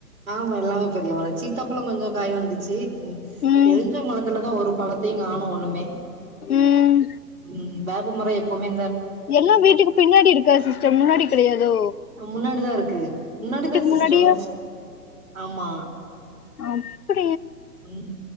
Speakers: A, on the right (about 60°); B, on the left (about 65°).
A: ஆமா எல்லாமே பெரியமரோ சீத்தாப்பழோ கொஞ்சோ காய் வந்துச்சு
B: ம்
A: எலுஞ்ச மொலத்துல தா ஒரு ஒன்னுத்தயு காணோ ஒண்ணுமே
B: ம்
A: உம் வேப்ப மரோ எப்போமே
B: எல்லா வீட்டுக்கு பின்னாடி இருக்கா சிஸ்டர் முன்னாடி கெடயாதோ
A: முன்னாடிதா இருக்கு முன்னாடிதா சிஸ்டர்
B: முன்னாடியா
A: ம்மா
B: <inaudible>
A: உம்